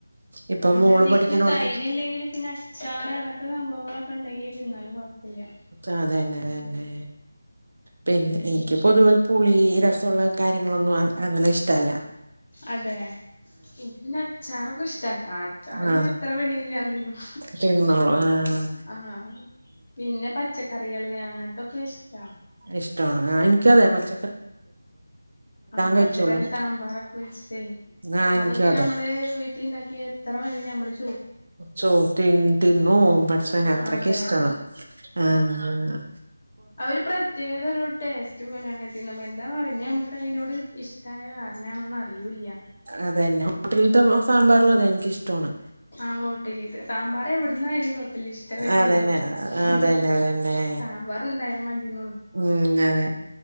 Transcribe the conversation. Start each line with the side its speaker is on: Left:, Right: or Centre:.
Right: ഇപ്പൊ
Left: പിന്നെ
Right: മോള്
Left: അതിക്ക്
Right: പഠിക്കണോടത്ത്
Left: തൈര് ഇല്ലെങ്കിലും പിന്നെ അച്ചാറ് അങ്ങനത്തെ സംഭവങ്ങളൊക്കെ ഉണ്ടെങ്കി തിന്നാലും കൊഴപ്പല്ല്യ
Right: ആ അതന്നെതന്നെ പിന്നെ എനിക്ക് പൊതുവേ പുളി രസമുള്ള കാര്യങ്ങളൊന്നും അങ്ങനെ ഇഷ്ടമല്ല
Left: അതെ ഇൻക്ക് പിന്നെ അച്ചാറൊക്കെ ഇഷ്ടാട്ടാ അച്ചാറ്
Right: ആഹ്
Left: പിന്നെ എത്ര വേണെങ്കിലും ഞാൻ തിന്നും
Right: തിന്നോളൂ ആഹ്
Left: ആഹ് ആഹ് പിന്നെ പച്ചക്കറികള് അങ്ങനത്തൊക്കെ ഇഷ്ടാ
Right: ഇഷ്ടമാണ് ആ എനിക്കതെ പച്ച
Left: ആഹ പച്ചക്കറി
Right: കഴിച്ചോളും
Left: സാമ്പാറൊക്കെ വെച്ചിട്ടെ
Right: ആഹ് എനിക്കും
Left: അതൊക്കെ
Right: അതെ
Left: ഞമ്മള് വീട്ടിണ്ടാക്കിയ എത്ര വേണങ്കിലും ഞമ്മള്
Right: സോ തിന് തിന്നു പടച്ചോനെ അത്രക്കിഷ്ടാണ്
Left: അതെ
Right: ആഹ് അഹ് അഹ്
Left: അവ ഒരു പ്രത്യേകത ഒരു ടേസ്റ്റ് പോലെയാണ് അത് തിന്നുമ്മം എന്താന്നറിഞ്ഞാൽ നമുക്ക് അതിനോട് ഇഷ് ട്ടായ കാരണാണോന്ന് അറിയൂല്ല്യ
Right: അതെന്നെ ഹോട്ടലീത്ത സാമ്പാറും അതെ എനിക്കിഷ്ടമാണ്
Left: ആ ഹോട്ടലീത്തെ സാമ്പാറ് എവിടുന്നായാലും കൊഴപ്പില്ല ഇഷ്ട വേതിന്നു
Right: അതന്നെ
Left: ആഹ്
Right: അതന്നെ അതന്നെ
Left: സാമ്പാർണ്ടായ മതി ന്നൊള്ളൂ
Right: ഉം അതെ